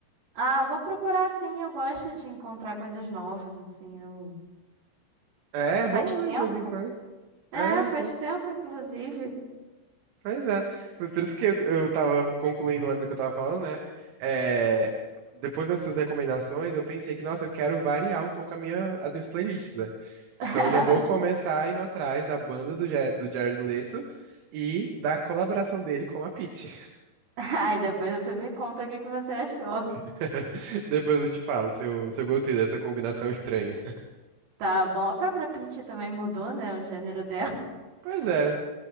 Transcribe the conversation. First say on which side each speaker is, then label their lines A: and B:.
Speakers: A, on the right; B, on the right.
A: Ah, eu vou procurar sim. Eu gosto de encontrar coisas novas, assim. Eu...
B: É, é
A: Faz
B: bom, né?
A: tempo?
B: De vez em quando.
A: É,
B: É,
A: faz
B: então...
A: tempo, inclusive.
B: Pois é. Foi Por isso que eu, eu tava concluindo antes o que eu tava falando, né? É, depois das suas recomendações, eu pensei que, nossa, eu quero variar um pouco a minha, as minhas playlists, né?
A: <laughs>
B: Então já vou começar indo atrás da banda do, Ger- do Jared Leto e da colaboração dele com a Pitty.
A: Ai, depois você me conta o que que você achou.
B: <laughs> Depois eu te falo se eu, se eu gostei dessa combinação estranha.
A: Tá bom. A própria Peach também mudou, né? O gênero dela.
B: Pois é,